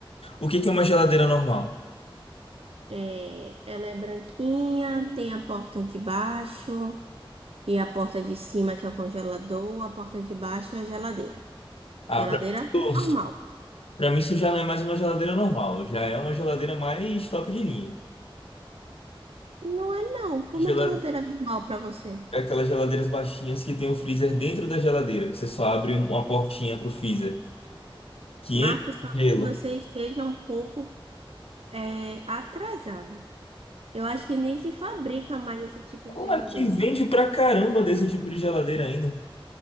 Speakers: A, on the left; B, on the right.
A: O que que é uma geladeira normal?
B: É, ela é branquinha, tem a porta de baixo e a porta de cima, que é o congelador, a porta de baixo é a geladeira.
A: Ah,
B: Geladeira
A: pra mim, isso
B: normal.
A: pra mim isso já não é mais uma geladeira normal. Já é uma geladeira mais top de linha.
B: Não é, não. Como
A: Gela-
B: é geladeira normal para você?
A: Aquelas geladeiras baixinhas que tem o freezer dentro da geladeira. Você só abre um, uma portinha pro freezer. Que
B: Marcos,
A: enche
B: talvez
A: de gelo.
B: você esteja um pouco é, atrasado. Eu acho que nem se fabrica mais esse tipo
A: Olha,
B: de geladeira.
A: que vende pra caramba desse tipo de geladeira ainda.